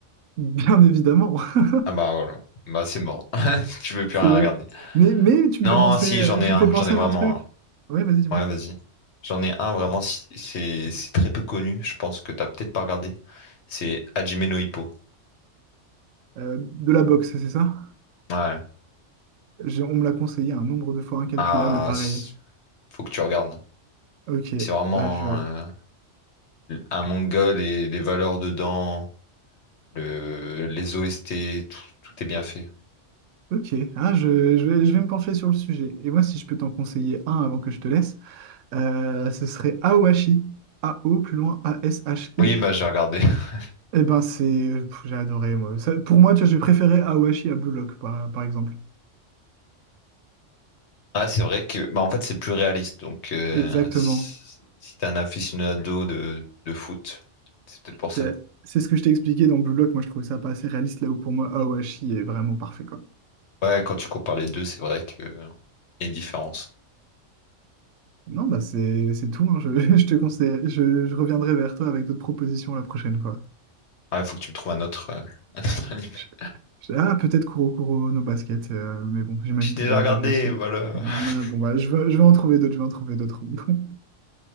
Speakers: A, on the right; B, on the left.
A: Bien évidemment, <laughs>
B: Ah bah voilà. Bah c'est mort. <laughs> Tu veux plus
A: c'est
B: rien
A: vrai.
B: regarder.
A: Mais, mais tu
B: Non,
A: me fais penser,
B: si,
A: euh,
B: j'en ai
A: tu
B: un.
A: me fais penser
B: J'en ai vraiment
A: à un truc.
B: un.
A: Oui, vas-y, dis-moi.
B: Ouais, vas-y. J'en ai un vraiment, si- c'est c'est très peu connu. Je pense que t'as peut-être pas regardé. C'est Hajime no Hippo.
A: Euh, de la boxe, c'est ça?
B: Ouais.
A: J'ai- on me l'a conseillé un nombre de fois incalculable,
B: Ah,
A: pareil.
B: Faut que tu regardes.
A: Ok,
B: C'est vraiment
A: bah, je vais...
B: euh, un, manga, les, les valeurs dedans, le, les OST, tout, tout est bien fait.
A: Ok, hein, je, je vais, je vais me pencher sur le sujet. Et moi, si je peux t'en conseiller un avant que je te laisse, euh, ce serait Aoashi. A-O, plus loin, A-S-H-I.
B: Oui, bah j'ai regardé. <laughs>
A: Eh ben, c'est... pff, J'ai adoré, moi. Ça- pour moi, tu vois, j'ai préféré Aoashi à Blue Lock, par, par exemple.
B: Ah, c'est vrai que bah en fait c'est plus réaliste. Donc euh,
A: Exactement.
B: si, si t'es un aficionado de, de foot, c'est peut-être pour
A: C'est
B: ça.
A: c'est ce que je t'ai expliqué dans Blue Lock. Moi, je trouvais ça pas assez réaliste, là où pour moi, Aoashi est vraiment parfait, quoi.
B: Ouais, quand tu compares les deux, c'est vrai que euh, y a une différence.
A: Non, bah, c'est c'est tout. hein. Je, <laughs> je te conseille... Je, je reviendrai vers toi avec d'autres propositions la prochaine fois.
B: Ouais, faut que tu me trouves un autre, euh, <laughs> un autre animé.
A: Je- Ah, peut-être Kuro Kuro no Basket, euh, mais bon, j'imagine
B: J'ai déjà
A: que tu as déjà
B: regardé,
A: vu aussi.
B: voilà.
A: Ah,
B: <laughs>
A: bon, bah, je vais, je vais en trouver d'autres, je vais en trouver d'autres. <laughs>